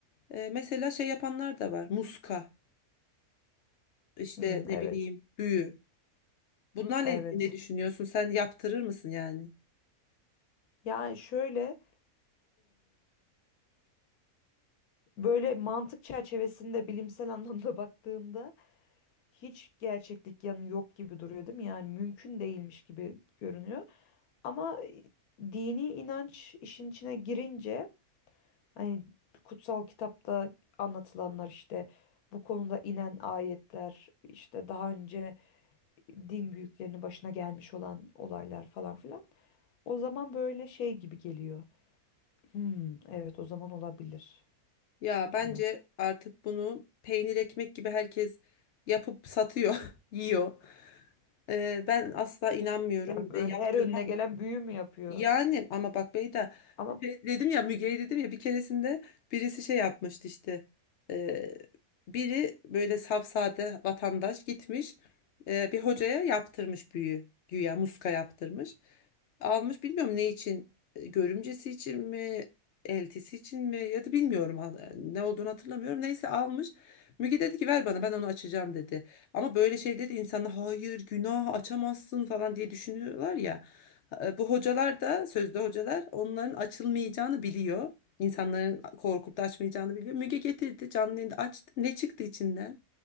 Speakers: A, on the left; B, on the left.
A: e, mesela şey yapanlar da var. Muska işte
B: Hmm,
A: ne
B: evet.
A: bileyim büyü. Bunlarla
B: Evet.
A: ilgili ne düşünüyorsun? Sen yaptırır mısın yani?
B: Yani şöyle Böyle mantık çerçevesinde bilimsel anlamda <laughs> baktığında hiç gerçeklik yanı yok gibi duruyor değil mi? Yani mümkün değilmiş gibi görünüyor. Ama e, dini inanç işin içine girince hani kutsal kitapta anlatılanlar işte bu konuda inen ayetler işte daha önce din büyüklerinin başına gelmiş olan olaylar falan filan. O zaman böyle şey gibi geliyor. Hmm, evet o zaman olabilir.
A: Ya bence
B: Hani
A: artık bunu peynir ekmek gibi herkes yapıp satıyor, <laughs> yiyor. Ee, ben asla inanmıyorum
B: yani böyle
A: ve
B: her
A: yaptırmam.
B: önüne gelen
A: da.
B: büyü mü yapıyor?
A: Yani ama bak Beyda
B: Ama
A: şey dedim ya Müge'yi dedim ya bir keresinde birisi şey yapmıştı işte Ee, biri böyle safsade vatandaş gitmiş e, bir hocaya yaptırmış büyü güya muska yaptırmış almış bilmiyorum ne için e, görümcesi için mi eltisi için mi ya da bilmiyorum al- ne olduğunu hatırlamıyorum neyse almış Müge dedi ki ver bana ben onu açacağım dedi ama böyle şey dedi insanlar hayır günah açamazsın falan diye düşünüyorlar ya e, Bu hocalar da sözde hocalar onların açılmayacağını biliyor. İnsanların korkup da açmayacağını biliyor. Müge getirdi canlı yayında açtı. Ne çıktı içinden?